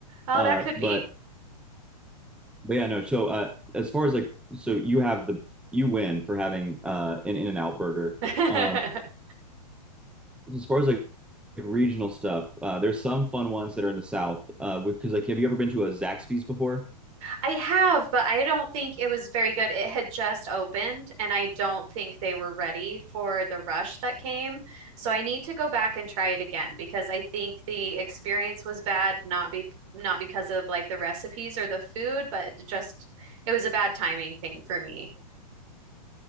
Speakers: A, on the right; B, in the centre.
A: Oh,
B: Uh,
A: that could be.
B: but but yeah, no. So uh, as far as like, so you have the you win for having uh, an In-N-Out burger.
A: <laughs>
B: Um, as far as like regional stuff, uh, there's some fun ones that are in the South. Uh, because like, have you ever been to a Zaxby's before?
A: I have, but I don't think it was very good. It had just opened, and I don't think they were ready for the rush that came. So I need to go back and try it again because I think the experience was bad, not be not because of like the recipes or the food, but just it was a bad timing thing for me.